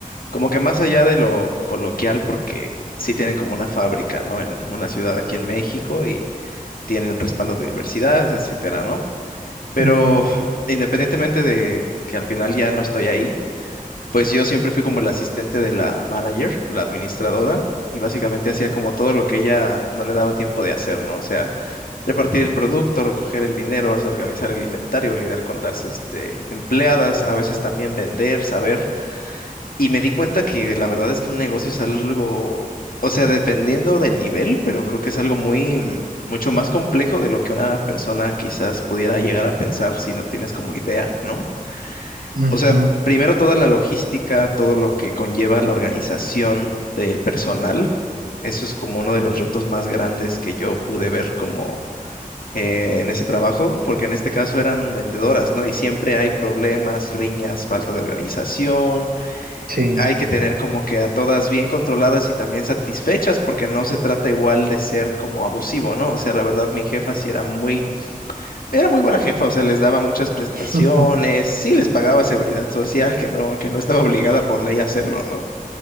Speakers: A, on the left; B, on the right.
A: como que más allá de lo coloquial, porque sí tienen como una fábrica, ¿no? En una ciudad aquí en México y tienen un respaldo de universidades, etcétera, ¿no? Pero
B: Ujú,
A: independientemente de que al final ya no estoy ahí, pues yo siempre fui como el asistente de la manager, la administradora, y básicamente hacía como todo lo que ella no le daba tiempo de hacer, ¿no? O sea, repartir el producto, recoger el dinero, organizar el inventario, lidiar con las, este, empleadas, a veces también vender, saber y me di cuenta que la verdad es que un negocio es algo, o sea, dependiendo del nivel, pero creo que es algo muy, mm, mucho más complejo de lo que una persona quizás pudiera llegar a pensar si no tienes como idea, ¿no?
B: ujú,
A: O sea, primero toda la logística, todo lo que conlleva la organización del personal, eso es como uno de los retos más grandes que yo pude ver como eh, en ese trabajo, porque en este caso eran vendedoras, ¿no? Y siempre hay problemas, riñas, falta de organización
B: sí.
A: hay que tener como que a todas bien controladas y también satisfechas, porque no se trata igual de ser como abusivo, ¿no? O sea, la verdad, mi jefa sí era muy, era muy buena jefa, o sea, les daba muchas prestaciones,
B: <laughs>
A: sí les pagaba seguridad social, que no, que no estaba obligada por ley a hacerlo, ¿no?